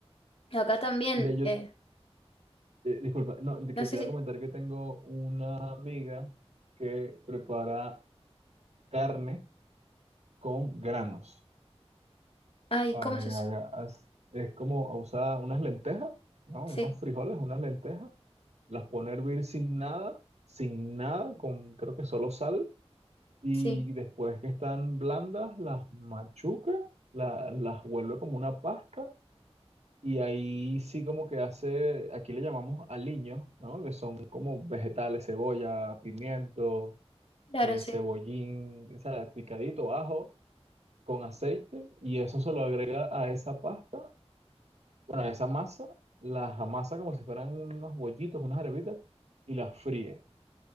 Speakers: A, on the left; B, on the right.
A: Acá también,
B: Mira, yo,
A: eh,
B: eh, disculpa, no, de que
A: no sé
B: te voy
A: si.
B: a comentar que tengo una amiga que prepara carne con granos.
A: Ay,
B: ¿sabes?
A: ¿cómo es eso?
B: Haga- haz- Es como usar unas lentejas, ¿no?
A: Sí,
B: Unos frijoles, unas lentejas, las pone a hervir sin nada, sin nada, con creo que solo sal, y
A: sí,
B: después que están blandas, las machuca, la- las vuelve como una pasta, y ahí sí como que hace, aquí le llamamos aliños, ¿no? Que son como vegetales, cebolla, pimiento,
A: claro,
B: eh,
A: sí.
B: cebollín, ¿sabes? Picadito, ajo, con aceite, y eso se lo agrega a esa pasta bueno, esa masa las amasa como si fueran unos bollitos, unas arepitas, y las fríe.